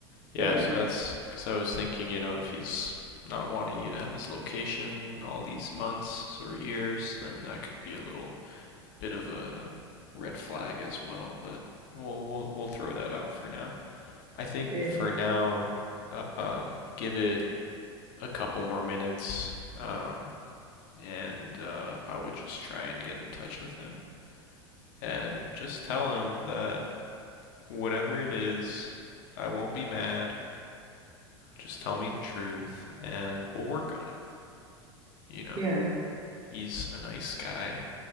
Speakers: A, on the left; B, on the right.
A: Yeah,
B: Yeah,
A: so that's because I was thinking, you know, if he's not wanting you to have his location all these months or years, then that could be a little bit of a red flag as well, but we'll we'll, we'll throw that out for now. I think
B: yeah,
A: for now, uh, um, give it a couple more minutes, um, and uh, I would just try and get in touch with him and just tell him that whatever it is, I won't be mad. Just tell me the truth, and we'll work on it. You know,
B: yeah,
A: he's a nice guy.